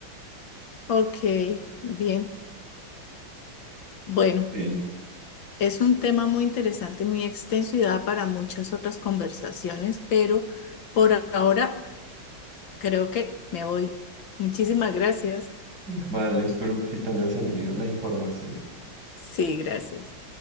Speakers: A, on the left; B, on the right.
A: Ok, bien. Bueno,
B: Sí.
A: es un tema muy interesante, muy extenso y da para muchas otras conversaciones, pero por ahora creo que me voy. Muchísimas gracias.
B: Vale, espero que te haya servido la información.
A: Sí, gracias.